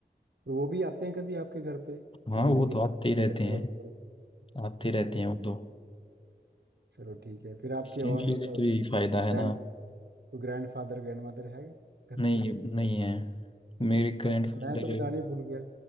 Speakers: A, on the right (about 75°); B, on the left (about 30°).
A: और वो भी आते हैं कभी आपके घर पे
B: हाँ
A: मिलने
B: वो
A: के
B: तो
A: लिए
B: आते ही रहते
A: फेस्टिवल
B: हैं
A: पर
B: आते रहते
A: अच्छा
B: हैं वो तो
A: चलो ठीक है फिर आपके
B: फैमिली
A: और
B: का तो यही फायदा है
A: grand
B: ना
A: grandfather grandmother है घर
B: नहीं
A: पे
B: नहीं है मेरे ग्रैंड
A: अच्छा
B: फादर
A: मैं तो बताने ही भूल गया